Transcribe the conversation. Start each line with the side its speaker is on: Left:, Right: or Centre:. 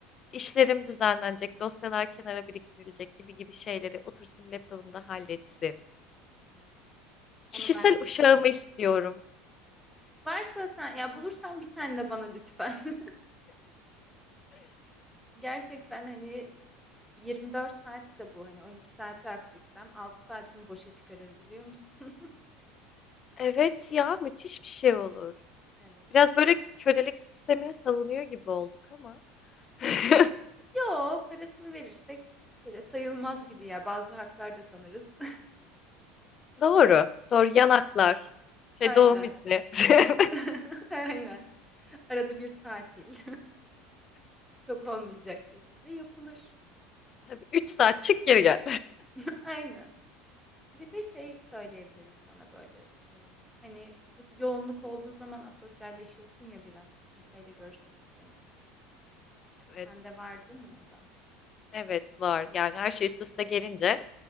Left: işlerim düzenlenecek, dosyalar kenara biriktirilecek gibi gibi şeyleri otursun laptopumda halletsin.
Centre: evet.
Left: Kişisel
Centre: Onu ben de
Left: uşağımı
Centre: istiyorum.
Left: istiyorum.
Centre: Varsa sen ya bulursan bir tane de bana lütfen. <laughs> Gerçekten hani 24 saatse bu hani 12 saati aktifsem 6 saatimi boşa çıkarır biliyor musun?
Left: Evet ya müthiş bir şey olur.
Centre: <laughs> Evet.
Left: Biraz böyle kölelik sistemine savunuyor gibi olduk ama. <laughs>
Centre: Yo, parasını verirsek öyle sayılmaz gibi ya. Bazı haklar da tanırız.
Left: Doğru. Doğru. Yanaklar.
Centre: <laughs>
Left: Şey
Centre: Aynen.
Left: doğum izni. <laughs>
Centre: <laughs> Aynen. Arada bir tatil. <laughs> Çok olmayacak şekilde yapılır.
Left: Tabii üç saat çık geri gel.
Centre: <laughs> Aynen. Bir de şey söyleyebilirim sana böyle. e, hani bu yoğunluk olduğu zaman asosyalleşiyorsun ya biraz. Kimseyle görüşmek istemiyorsun.
Left: Evet.
Centre: Sende var değil mi o da?
Left: Evet var. Yani her şey üst üste gelince